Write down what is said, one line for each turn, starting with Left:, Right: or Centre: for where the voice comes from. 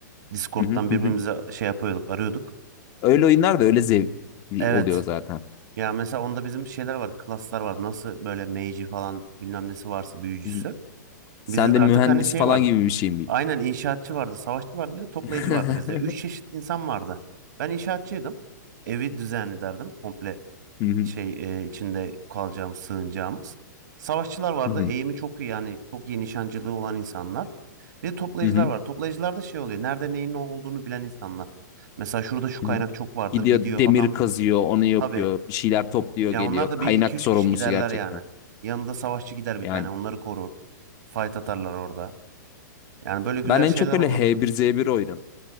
Right: Discord'dan
Left: Hı hı hı.
Right: birbirimize
Left: hı.
Right: şey yapıyorduk, arıyorduk.
Left: Öyle oyunlar da öyle zevkli
Right: Evet.
Left: oluyor zaten.
Right: Ya mesela onda bizim şeyler vardı, klaslar vardı. Nasıl böyle mage'i falan bilmem nesi varsa büyücüsü.
Left: Hı hı. Sen
Right: Bizde
Left: de
Right: de
Left: mühendis
Right: artık hani şey
Left: falan
Right: vardı.
Left: gibi bir şey miydin?
Right: Aynen inşaatçı vardı, savaşçı vardı, bir de toplayıcı
Left: <laughs>
Right: vardı bizde. Üç çeşit insan vardı. Ben inşaatçıydım. Evi düzenli derdim. Komple
Left: Hı hı,
Right: şey e, içinde kalacağımız, sığınacağımız. Savaşçılar vardı.
Left: hı hı,
Right: Eğimi çok iyi yani çok iyi nişancılığı olan insanlar. Bir de toplayıcılar
Left: hı hı,
Right: var. Toplayıcılarda şey oluyor. Nerede neyin ne olduğunu bilen insanlar. Mesela şurada şu kaynak
Left: hı hı.
Right: çok vardır.
Left: Gidiyor
Right: Gidiyor
Left: demir
Right: adam.
Left: kazıyor, onu yapıyor,
Right: Tabii.
Left: bir şeyler topluyor,
Right: Ya
Left: geliyor.
Right: onlar da
Left: Kaynak
Right: bir iki üç
Left: sorumlusu
Right: kişi giderler
Left: gerçekten.
Right: yani. Yanında savaşçı gider bir
Left: Yani.
Right: tane. Onları korur. Fight atarlar orada. Yani böyle güzel
Left: Ben en
Right: şeyler
Left: çok öyle
Right: olur.
Left: h bir z bir oynadım.